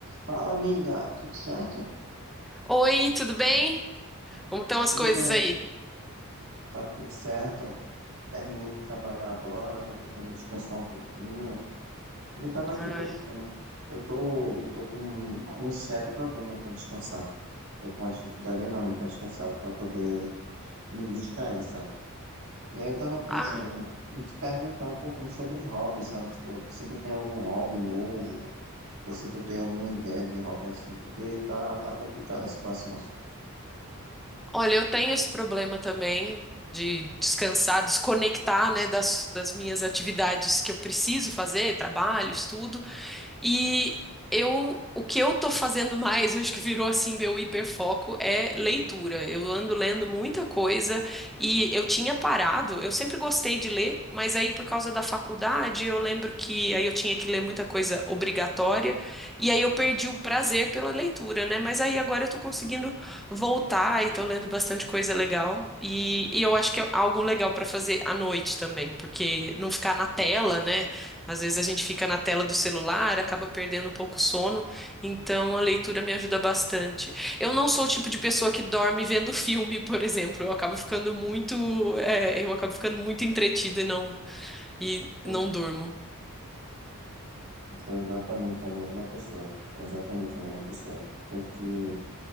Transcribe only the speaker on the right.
Fala, amiga, tudo certo?
Tudo
bem,
tá tudo certo. Terminei de trabalhar agora, tô tentando descansar um pouquinho. E eu tava aqui
pensando, eu tô, eu tô com algum sério problema para descansar. Tô com uma dificuldade enorme para descansar, para poder me distrair, sabe? E aí eu tava pensando
em te perguntar um pouquinho sobre hobby, sabe? Tipo, se tu tem algum hobby novo, ou se tu tem alguma ideia de hobby assim, porque tá, tá complicada a situação.
Não.
Eu sou exatamente a mesma pessoa. Exatamente a mesma pessoa. Tanto que o